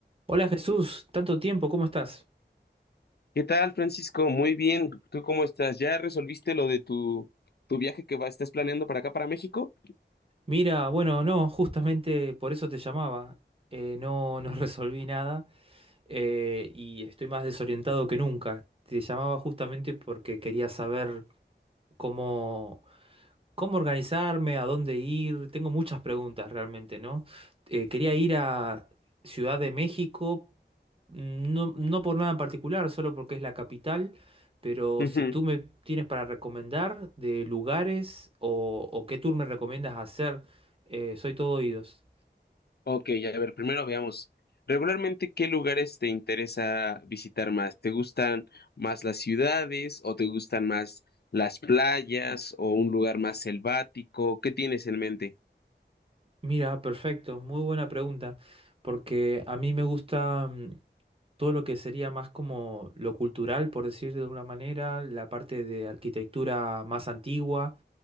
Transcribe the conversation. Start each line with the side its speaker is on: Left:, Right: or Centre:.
Right: Hola Jesús, tanto tiempo, ¿cómo estás?
Left: ¿Qué tal, Francisco? Muy bien. ¿Tú cómo estás? ¿Ya resolviste lo de tu, tu viaje que va, estás planeando para acá, para México?
Right: Mira, bueno, no, justamente por eso te llamaba. Eh, no, no <laughs> resolví nada eh, y estoy más desorientado que nunca. Te llamaba justamente porque quería saber cómo, ¿Cómo organizarme? ¿A dónde ir? Tengo muchas preguntas realmente, ¿no? Eh, quería ir a Ciudad de México, no, no por nada en particular, solo porque es la capital, pero
Left: Ujú.
Right: si tú me tienes para recomendar de lugares o, o qué tour me recomiendas hacer, eh, soy todo oídos.
Left: Ok, a ver, primero veamos. Regularmente, ¿qué lugares te interesa visitar más? ¿Te gustan más las ciudades o te gustan más las playas o un lugar más selvático? ¿Qué tienes en mente?
Right: Mira, perfecto, muy buena pregunta, porque a mí me gusta mm, todo lo que sería más como lo cultural, por decir de una manera, la parte de arquitectura más antigua,